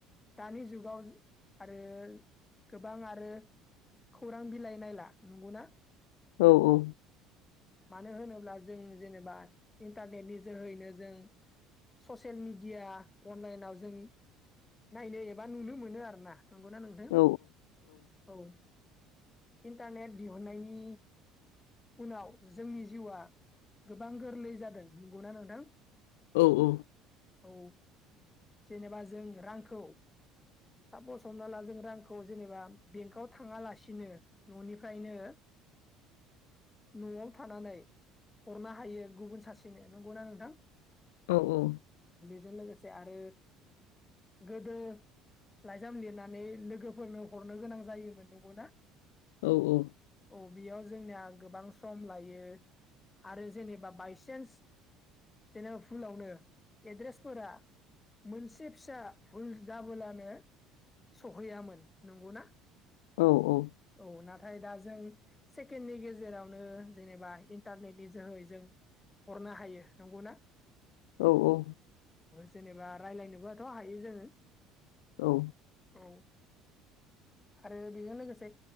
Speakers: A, on the left (about 20°); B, on the left (about 85°).
A: दानि जुगाव आरो गोबां आरो खौरां बिलाइ नायला नंगौना
B: औ औ
A: मानो होनोब्ला जों जेनेबा इन्टारनेटनि जोहैनो जों ससियेल मिडिया अनलाइनाव जों नायनो एबा नुनो मोनो आरोना नंगौना नोंथां
B: औ
A: औ इन्टारनेट दिहुननायनि उनाव जोंनि जिउआ गोबां गोरलै जादों नंगौना नोंथां
B: औ औ
A: औ जेनेबा जों रांखौ सापस हमना ला जों रांखौ जेनेबा बेंकआव थाङाला सिनो न'निफ्रायनो न'आव थानानै हरनो हायो गुबुन सासेनो नंगौना नोंथां
B: औ औ
A: बेजों लोगोसे आरो गोदो लाइजाम लिरनानै लोगोफोरनो हरनो गोनां जायोमोन नंगौ ना
B: औ औ
A: औ बेयाव जोंनिया गोबां सम लायो आरो जेनेबा बायसान्स जेनेबा फुलावनो एड्रेसफोरा मोनसे फिसा भुल जाब्लानो सहैयामोन नंगौ ना
B: औ औ
A: औ ना थाय दा जों सेकेणडनि गेजेरावनो जेनेबा इन्टारनेटनि जोहै जों हरनो हायो नंगौ ना
B: औ औ
A: जेनेबा राय्लायनोबथ' हायो जोङो
B: औ
A: औ आरो बेजों लोगोसे